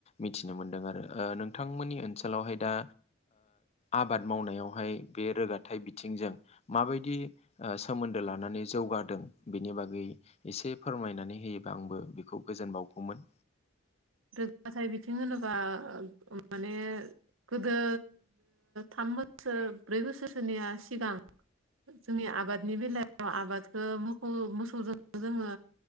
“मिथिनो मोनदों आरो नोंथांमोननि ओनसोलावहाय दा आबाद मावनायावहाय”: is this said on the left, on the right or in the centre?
Left